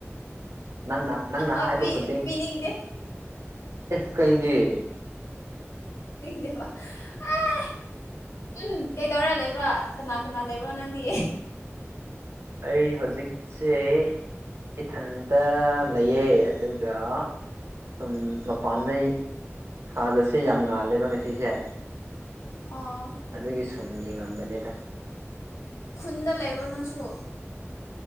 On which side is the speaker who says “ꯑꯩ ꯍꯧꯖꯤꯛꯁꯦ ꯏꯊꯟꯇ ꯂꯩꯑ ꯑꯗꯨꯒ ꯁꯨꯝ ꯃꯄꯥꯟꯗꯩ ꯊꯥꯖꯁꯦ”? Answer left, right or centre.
Right